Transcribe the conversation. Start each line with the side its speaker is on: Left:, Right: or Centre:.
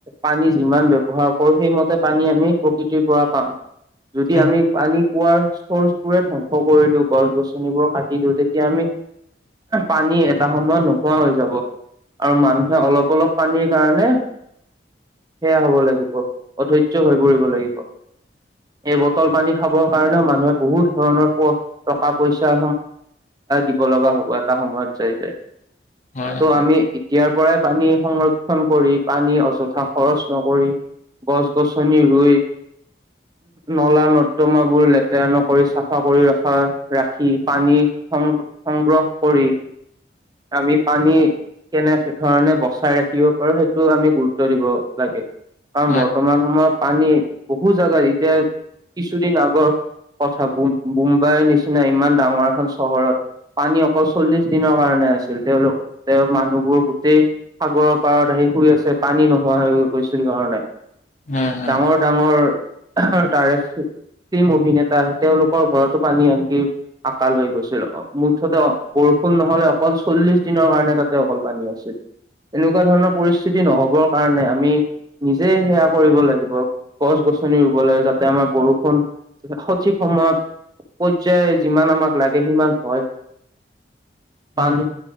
Right: পানী যিমান ব্যৱহাৰ কৰো সেইমতে পানী আমি প্ৰকৃতিৰ পৰা পাম। যদি
Left: উম,
Right: আমি পানী পোৱাৰ চৰ্চ টোৰে ধ্বংস কৰি দিওঁ, গছ গছনিবোৰ কাটি দিওঁ, তেতিয়া আমি পানী এটা সময়ত নোহোৱা হৈ যাব। আৰু মানুহে অলপ অলপ পানীৰ কাৰণে সেয়া হব লাগিব অধৈৰ্য হৈ পৰিব লাগিব। এই বটল পানী খাবৰ কাৰণেও মানুহে বহুত ধৰণৰ টকা পইচা দিব লগা হ'ব এটা সময়ত চাই যায়
Left: হয়
Right: ত'
Left: হয়
Right: আমি এতিয়াৰ পৰাই পানী সংৰক্ষ ক্ষণ কৰি পানী অযথা খৰচ নকৰি গছ গছনি ৰুই নলা নৰ্দমাবোৰ লেতেৰা নকৰি চাফা কৰি ৰখা ৰাখি পানী সংগ্ৰহ কৰি আমি পানী কেনে ধৰণে বচাই ৰাখিব পাৰো সেইটো আমি গুৰুত্ব দিব লাগে কাৰণ
Left: হয়
Right: বৰ্তমান সময়ত পানী বহু জোগাত এতিয়া কিছুদিন আগৰ কথা মুম্বাইৰ নিচিনা ইমান ডাঙৰ এখন চহৰত পানী অকল চল্লিশ দিনৰ কাৰণে আছিল তেওঁলোক তেওঁৰ মানুহবোৰ গোটেই সাগৰৰ পাৰত আহি শুই আছে পানী নোহোৱা হৈ গৈছিল কাৰণে
Left: হম হুম
Right: ডাঙৰ তাৰে কিম অভিনেতা আহ তেওঁলোকৰ ঘৰতো পানী আনকি আকাল হৈ গৈছিল মুঠতে পৰুষ সোণ নহ'লে অকল চল্লিশ দিনৰ কাৰণে তাতে অকল পানী আছিল এনেকুৱা ধৰণৰ পৰিস্থিতি নহবৰ কাৰণে আমি নিজে সেয়া কৰিব লাগিব গছ গছনি ৰুব লাগে যাতে আমাৰ বৰষুণ সঠিক সময়ত পৰ্যায় যিমান আমাক লাগে সিমান হয়
Left: উম
Right: পানী